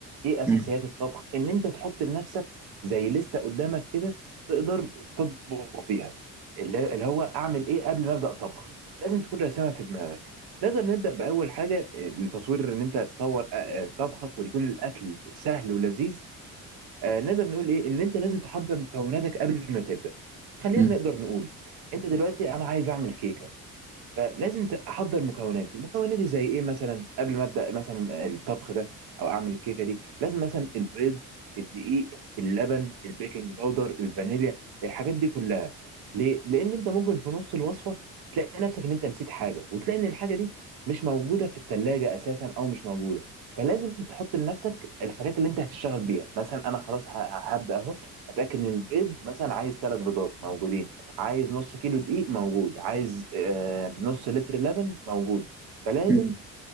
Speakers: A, on the right (about 70°); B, in the centre.
A: ايه اساسيات
B: مم.
A: الطبخ ان انت تحط لنفسك زي لستة قدامك كده تقدر تطبخ بيها اللي اللي هو اعمل ايه قبل ما ابدا طبخ لازم تكون راسمها في دماغك نقدر نبدا باول حاجه اه، لتطوير ان انت تطور اه، اه، طبخك ويكون الاكل سهل ولذيذ آه، نقدر نقول ايه ان انت لازم تحضر مكوناتك قبل ما تبدا خلينا
B: مم.
A: نقدر نقول انت دلوقتي انا عايز اعمل كيكه فلازم ت- احضر مكوناتي مكوناتي زي ايه مثلا قبل ما ابدا مثلا الطبخ ده او اعمل الكيكه دي لازم مثلا البيض الدقيق اللبن البيكنج باودر الفانيليا الحاجات دي كلها ليه لان انت ممكن في نص الوصفه تلاقي نفسك ان انت نسيت حاجه وتلاقي ان الحاجه دي مش موجوده في التلاجة اساسا او مش موجوده فلازم تحط لنفسك الحاجات اللي انت هتشتغل بيها مثلا انا خلاص ه- هبدا اهو اتاكد ان البيض مثلا عايز ثلاث بيضات موجودين عايز نص كيلو دقيق موجود عايز آه، نص لتر لبن موجود فلازم
B: مم.